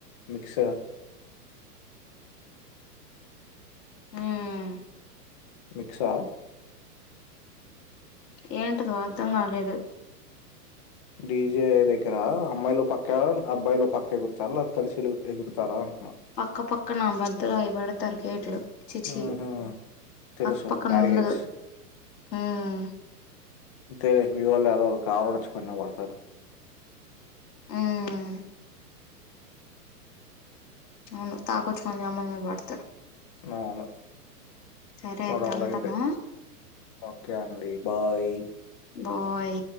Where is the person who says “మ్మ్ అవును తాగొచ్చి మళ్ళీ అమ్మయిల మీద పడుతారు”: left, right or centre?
Left